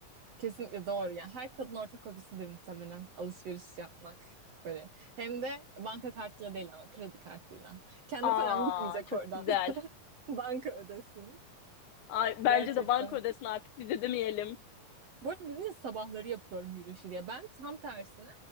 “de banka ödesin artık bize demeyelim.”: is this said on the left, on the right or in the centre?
Left